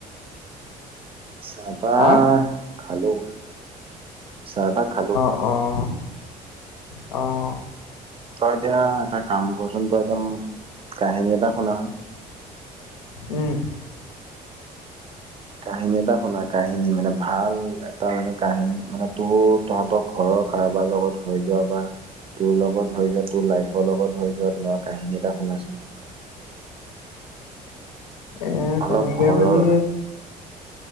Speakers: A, on the right (about 25°); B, on the left (about 75°).
A: চাহ-তাহ
B: আহ
A: খালো, চাহ-তাহ খালো।
B: অঁ', -অঁ',।
A: তই এতিয়া এটা কাম কৰ চোন তই একদম কাহিনী এটা শুনা চোন।
B: উম।
A: কাহিনী এটা শুনা, কাহিনী মানে ভাল এটা মানে কাহিনী মানে তোৰ- তহঁতৰ ঘৰৰ কাৰোবাৰ লগত হৈ যোৱা বা- তোৰ লগত হৈ যোৱা তোৰ লাইফৰ লগত হৈ যোৱা তেনেকুৱা কাহিনী এটা শুনাচোন।
B: এ
A: অলপ
B: তেনেকে
A: ঘৰৰ।
B: বুলি